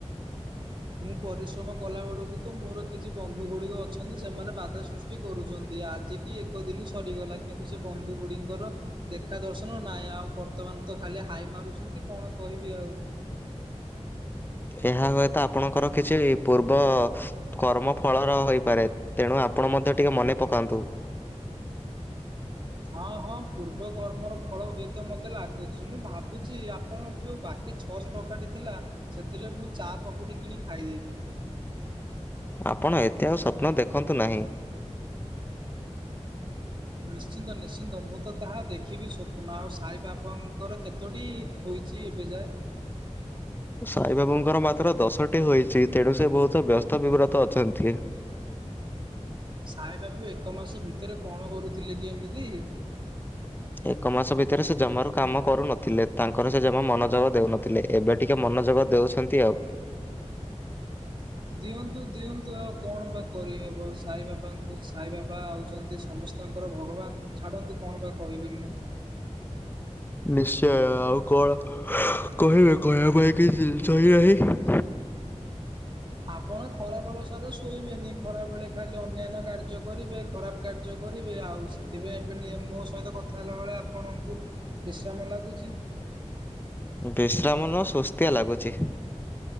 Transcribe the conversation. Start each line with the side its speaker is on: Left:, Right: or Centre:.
Right: ମୁଁ ପରିଶ୍ରମ କଲା ବେଳକୁ ତ ମୋର କିଛି ବନ୍ଧୁ ଗୁଡିକ ଅଛନ୍ତି ସେମାନେ ବାଧା ସୃ କରୁଛନ୍ତି ଆଜି କି ଏକ ଦିନ ସରିଗଲା କିନ୍ତୁ ସେ ବନ୍ଧୁ ଗୁଡିଙ୍କର ଦେଖା ଦର୍ଶନ ନାଇଁ ଆଉ ବର୍ତ୍ତମାନ ତ ଖାଲି ହାଇ ମାରୁଛନ୍ତି କଣ କହିବି ଆଉ।
Left: ଏହା ହୁଏତ ଆପଣଙ୍କର କିଛି ପୂର୍ବ କର୍ମ ଫଳର ହୋଇପାରେ ତେଣୁ ଆପଣ ମଧ୍ୟ ଟିକେ ମନେ ପକାନ୍ତୁ।
Right: ହଁ ହଁ ପୂର୍ବ କର୍ମର ଫଳ ହୁଏତ ମତେ ଲାଗୁଛି, ମୁଁ ଭାବୁଛି ଆପଣ ଯୋଉ ବାକି ଛଅଶହ ଟଙ୍କାଟେ ଥିଲା ସେଥିରେ ମୁଁ ଚା ପକୁଡ଼ି କିଣି ଖାଇଦେବି।
Left: ଆପଣ ଏତେ ଆଉ ସ୍ୱପ୍ନ ଦେଖନ୍ତୁ ନାହିଁ।
Right: ନିଶ୍ଚିନ୍ତ ନିଶ୍ଚିନ୍ତ ମୁଁ ତ ତାହା ଦେଖିବି ସ୍ୱପ୍ନ ଆଉ ସାଇବାବାଙ୍କର କେତୋଟି ହୋଇଛି ଏବେଯାଏ।
Left: ସାଇବାବୁଙ୍କର ମାତ୍ର ଦଶଟି ହୋଇଛି ତେଣୁ ସେ ବହୁତ ବ୍ୟସ୍ତ ବିବ୍ରତ ଅଛନ୍ତି।
Right: ସାଇବାବୁ ଏକ ମାସ ଭିତରେ କଣ କରୁଥିଲେ କି ଏମିତି? <inaudible>
Left: ଏକ ମାସ ଭିତରେ ସେ ଜମାରୁ କାମ କରୁନଥିଲେ ତାଙ୍କର ସେ ଜମା ମନୋଯୋଗ ଦେଉନଥିଲେ। ଏବେ ଟିକେ ମନୋଯୋଗ ଦେଉଛନ୍ତି ଆଉ।
Right: <inaudible> ଦିଅନ୍ତୁ ଦିଅନ୍ତୁ ଆଉ କଣ ବା କରିହେବ ସାଇବାବାଙ୍କୁ ସାଇବାବା ଆଉଛନ୍ତି ସମସ୍ ସ୍ତଙ୍କର ଭଗବାନ! ଛାଡ଼ନ୍ତୁ କଣ ବା କହିବି ମୁଁ।
Left: ନିଶ୍ଚୟ ଆଉ କଣ କହିବେ କହିବା ପାଇଁ କିଛି ଜିନିଷ ହିଁ ନାହିଁ।
Right: ଆପଣ ଖରାବେଳ ସାରା ଶୋଇବେନି ଖରାବେେଳେ ଖାଲି ଅନ୍ୟାନ୍ୟ କାର୍ଯ୍ୟ କରିବେ। ଖରାପ କାର୍ଯ୍ୟ କରିବେ ଆଉ ସେଥିପାଇଁ ଏବେ ନିଏ ମୋ ସହିତ କଥା ହେଲାବେଳେ ଆପଣଙ୍କୁ ବିଶ୍ରାମ ଲାଗୁଛି।
Left: ବିଶ୍ରାମ ନୁହଁ ସୁସ୍ତିଆ ଲାଗୁଚି।